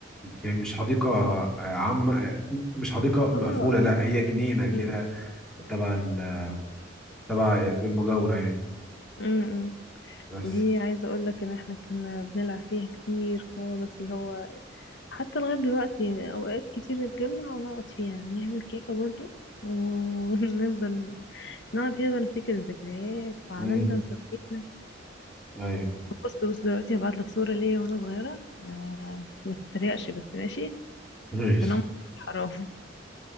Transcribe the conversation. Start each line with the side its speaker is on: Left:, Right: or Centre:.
Centre: يعني مش حديقة عامة مش حديقة مقفولة
Left: اه
Centre: لا هي جنينة
Left: أمم.
Centre: كده تبع ال- تبع المجاورة يعني
Left: أمم.
Centre: بس
Left: دي عايزة اقولك ان احنا كنا بنلعب فيها كتير خالص اللي هو حتى لغاية دلوقتي اوقات كتير نتجمع ونقعد فيها نعمل كيكة برضو و- <laughs> ونفضل نقعد فيها بقى نفتكر الذكريات وعملنا
Centre: امم
Left: وسوينا
Centre: أيوه
Left: طب بص بص دلوقتي هبعتلك صورة ليا وانا صغيرة آه ما تتريقش بس ماشي
Centre: <laughs> ماشي
Left: تنمر حرام